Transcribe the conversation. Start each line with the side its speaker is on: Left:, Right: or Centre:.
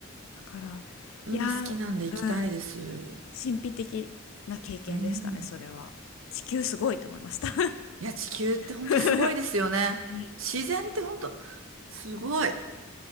Left: だから、
Right: ぁ。
Left: いやー、
Right: 海好きなんで行きたいです。
Left: うん。神秘的な経験でしたね、
Right: うん。
Left: それは。地球すごいと思いました。<laughs>
Right: いや、地球ってほんとすごいですよね。
Left: <laughs> うん
Right: 自然ってほんとすごい。